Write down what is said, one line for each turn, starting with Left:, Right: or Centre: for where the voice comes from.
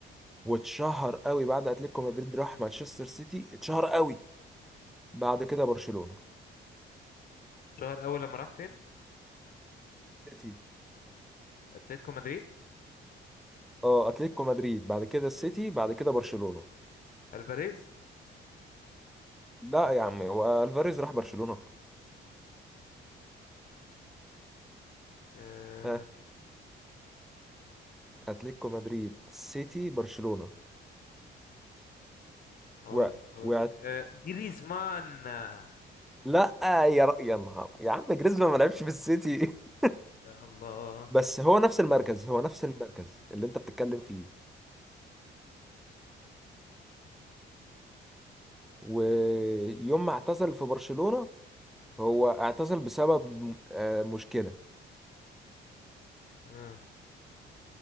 Centre: واتشهر قوي بعد أتلتيكو مدريد راح مانشستر سيتي اتشهر قوي بعد كده برشلونة
Left: شهر اول لما راح فين
Centre: سيتي
Left: اتلتيكو مدريد
Centre: اه أتلتيكو مدريد بعد كده السيتي بعد كده برشلونة
Left: الفاريز
Centre: لا يا عم هو ألفاريز راح برشلونة
Left: آه،
Centre: ها أتلتيكو مدريد سيتي برشلونة
Left: اقول
Centre: و...
Left: لك اقول
Centre: و...
Left: لك آه جريزمان آه،
Centre: لا يا ر... يا نهار يا عم جريزمان ما لعبش في السيتي <laughs>
Left: يا الله
Centre: بس
Left: طب.
Centre: هو نفس المركز هو نفس المركز اللي انت بتتكلم فيه ويوم ما اعتزل في برشلونة هو اعتزل بسبب آه، مشكلة
Left: آه.